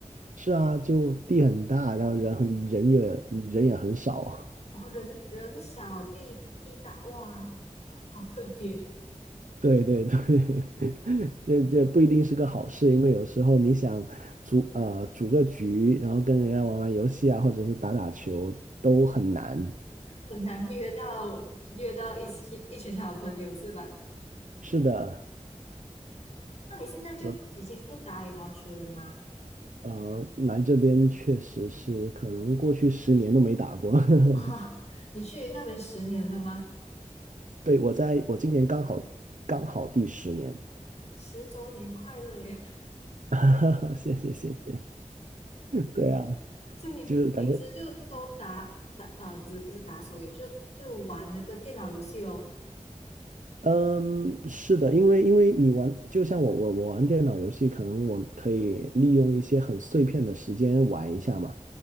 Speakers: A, on the right; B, on the left.
A: 是啊，就地很大，然后人很人也人也很少，
B: 然后人人少地地大，哇，好特别，
A: <laughs> 对对对，<laughs> 这这不一定是个好事，因为有时候你想组呃组个局，然后跟人家玩玩游戏啊，或者是打打球都很难。
B: 很难约到约到一起一群好朋友是吧？
A: 是的，
B: 那你现在就已经不打羽毛球了吗？
A: 所以呃，来这边确实是可能过去十年都没打过。<laughs>
B: <laughs> 哇，你去那边十年了吗？
A: 对，我在我今年刚好刚好第十年，
B: 十周年快乐耶！
A: <laughs> 谢谢谢谢。对啊，
B: <laughs> 所以你你平时就都打打呃不是不是打手游，
A: 就是感觉，
B: 就就玩那个电脑游戏哦。
A: 嗯，是的，因为因为你玩，就像我我我玩电脑游戏，可能我可以利用一些很碎片的时间玩一下嘛。